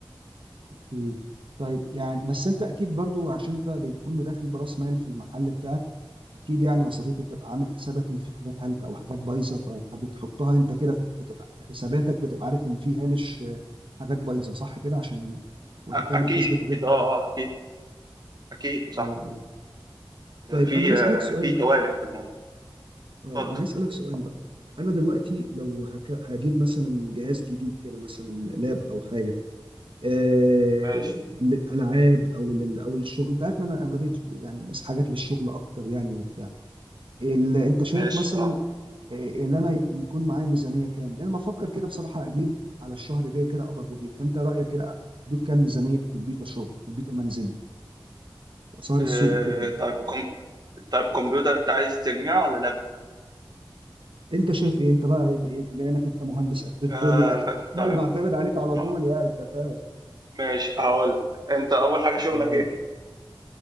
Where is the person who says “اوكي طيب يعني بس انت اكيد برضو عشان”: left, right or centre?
Right